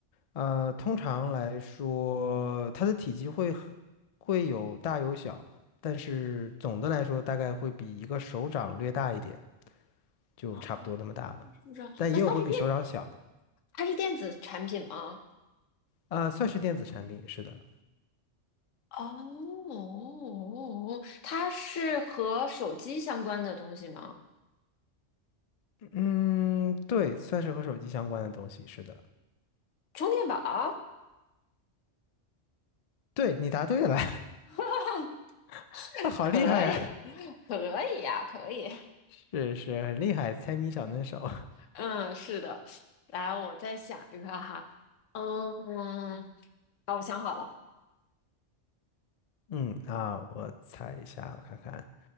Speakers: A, on the left; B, on the left.
A: 呃，通常来说它的体积会会有大有小，但是总的来说大概会比一个手掌略大一点，就差不多那么大了。
B: 啊，是这样。
A: 但也有会比手掌小的，
B: 那它是电，它是电子产品吗？
A: 啊，算是电子产品，是的。
B: 哦，它是和手机相关的东西吗？
A: 嗯，对，算是和手机相关的东西，是的。
B: 充电宝？
A: 对，你答对了，
B: <laughs>
A: <laughs> 啊，好厉害呀！
B: 可以，可以呀、可以。
A: 是是，很厉害，猜谜小能手。
B: 嗯，是的。来，我再想一个哈。嗯，好，我想好了，
A: <laughs> 嗯啊，我猜一下，我看看，